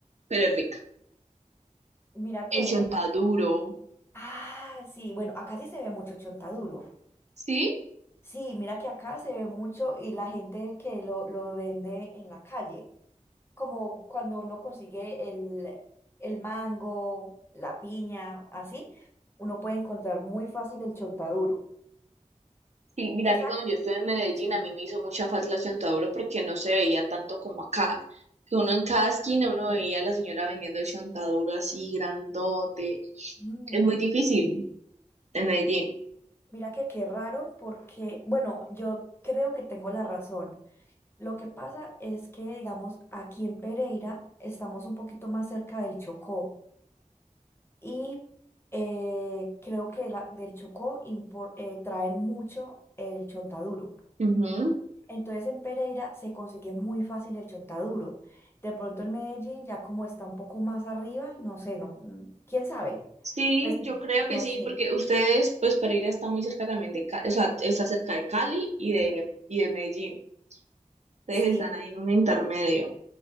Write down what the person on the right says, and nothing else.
pero es rica.
El chontaduro,
¿sí?
Sí, mira
que
cuando yo estuve en Medellín
a mí me hizo mucha falta la chontaduro porque no se veía tanto como acá. Que uno en cada esquina uno veía a la señora vendiendo el chontaduro así grandote.
Es muy difícil en Medellín.
Ujú.
Sí,
yo creo que
sí,
porque ustedes, pues Pereira está muy cerca también de Cali, o sea, está cerca de Cali y de, y de Medellín. Ustedes
están ahí en un intermedio.